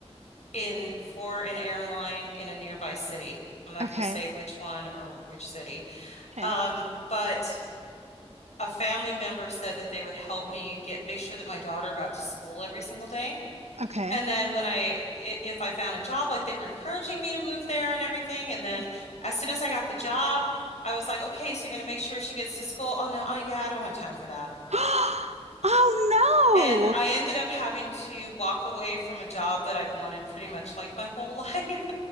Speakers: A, on the left (about 80°); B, on the right (about 75°).
A: in for an airline in a nearby city. I'm not
B: Okay.
A: going to say which one or which city.
B: Okay.
A: Um, but a family member said that they would help me get make sure that my daughter got to school every single day.
B: Okay.
A: And then when I i- if I found a job, like they were encouraging me to move there and everything. And then
B: Mhm.
A: as soon as I got the job, I was like, okay, so you're gonna make sure she gets to school. Oh no, uh, yeah, I don't have time for that.
B: <gasps> Oh no!
A: And I ended up having to walk away from a job that I'd wanted pretty much like my whole <laughs> life.